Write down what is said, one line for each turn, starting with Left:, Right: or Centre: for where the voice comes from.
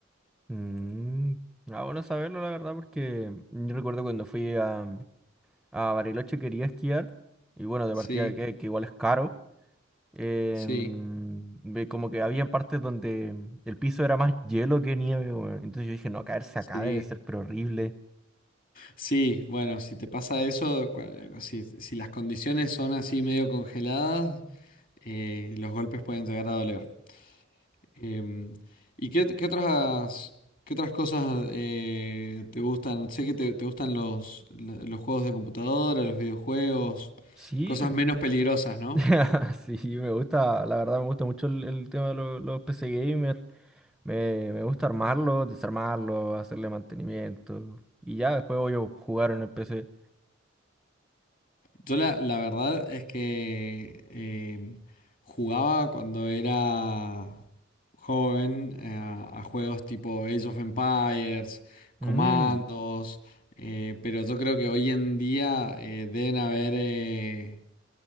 Centre: Mm, Ah, bueno saberlo, la verdad, porque yo recuerdo cuando fui a, a Bariloche quería esquiar, y bueno, de
Left: Sí,
Centre: partida que, que igual es caro, em,
Left: sí,
Centre: ve como que había partes donde el piso era más hielo que nieve, weón. Entonces yo dije, no, caerse
Left: sí.
Centre: acá debe ser pero horrible.
Left: Sí, bueno, si te pasa eso, cua- si, si las condiciones son así medio congeladas, eh, los golpes pueden llegar a doler. Em, ¿y qué, ot- qué otras, qué otras cosas eh, te gustan? Sé que te, te gustan los, la- los juegos de computadora, los videojuegos,
Centre: Sí,
Left: cosas
Centre: m-
Left: menos peligrosas, ¿no?
Centre: <laughs> sí, me gusta, la verdad me gusta mucho el, el tema de lo- los PC Gamer. Me, me gusta armarlo, desarmarlo, hacerle mantenimiento. Y ya después voy a jugar en el PC.
Left: Yo la, la verdad es que em, jugaba cuando era joven eh, a, a juegos tipo Age of Empires,
Centre: Mm,
Left: Comandos, eh, pero yo creo que hoy en día eh, deben haber, eh,